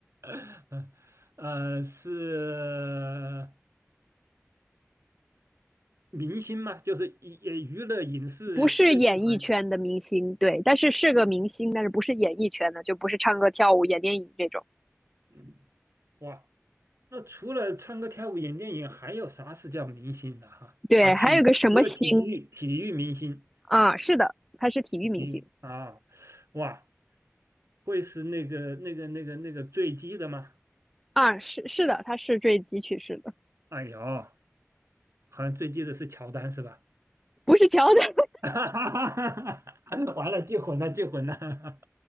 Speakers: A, on the right; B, in the centre.
A: <laughs> 呃，是明星嘛，就是娱呃娱乐影视这这行，
B: 不是演艺圈的明星，对，但是是个明星，但是不是演艺圈的，就不是唱歌、跳舞、演电影这种。
A: 嗯哇，那除了唱歌跳舞演电影，还有啥是叫明星的哈？
B: 对，
A: 啊，体也有体育体育明星。
B: 还有个什么星啊？是的，他是体育明星
A: 你啊，哇，会是那个那个那个那个坠机的吗？
B: 啊，是是的，他是坠机去世的，
A: 哎呦，好像坠机的是乔丹是吧？
B: 不是乔丹。
A: <laughs> 完了，记混了，记混了。